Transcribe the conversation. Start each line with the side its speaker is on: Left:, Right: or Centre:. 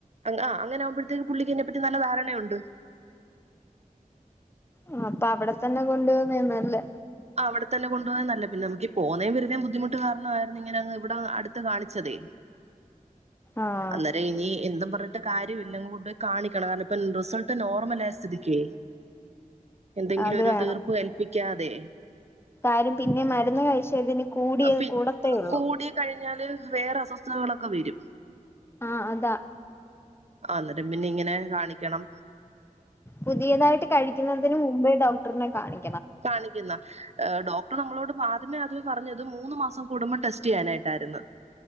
Right: ആഹ് അങ്ങനെ ആകുമ്പഴത്തേക്ക് പുള്ളിക്കിതിനെപ്പറ്റി നല്ല ധാരണയുണ്ട്
Left: ആഹ് അപ്പൊ അവിടെ തന്നെ കൊണ്ടു പോന്നയാ നല്ലെ
Right: ആഹ് അവിടെതന്നെ കൊണ്ടു പോവാ നല്ലെ പിന്നെ നമുക്കി പോന്നെയും വെരുന്നെയും ബുദ്ധിമുട്ട് കാരണായിരുന്നു ഇങ്ങനെങ്ങ് ഇവിടെ അടുത്ത് കാണിച്ചതേ
Left: ആഹ്
Right: അന്നേരം ഇനി എന്തും പറഞ്ഞിട്ട് കാര്യവുല്ല അങ്ങ് കൊണ്ടുപോയി കാണിക്കണം കാരണം ഇപ്പം റിസൾട്ട് നോർമലായ സ്ഥിതിക്കെ എന്തെങ്കിലും
Left: അത്
Right: ഒരു
Left: വേണം
Right: തീർപ്പ് കൽപ്പിക്കാതെ
Left: കാര്യം പിന്നേം മരുന്ന് കഴിച്ചാ ഇതി നി കൂടിയാ
Right: പി
Left: കൂടത്തേ ഉള്ളൂ
Right: കൂടി കഴിഞ്ഞാല് വേറെ അസ്വസ്ഥതകളൊക്കെ വെരും
Left: ആഹ് അതാ
Right: അന്നേരം പിന്നെ ഇങ്ങനെ കാണിക്കണം
Left: പുതിയതായിട്ട് കഴിക്കുന്നതിന് മുമ്പേ ഡോക്ടറിനെ കാണി
Right: കാണിക്കുന്നാ ഏഹ് ഡോക്ടർ നമ്മളോട് ആദ്യമേ ആദ്യവേ പറഞ്ഞെ ഇത് മൂന്ന് മാസം കൂടുമ്പോൾ ടെസ്റ്റേയ്യാനായിട്ടായിരുന്നു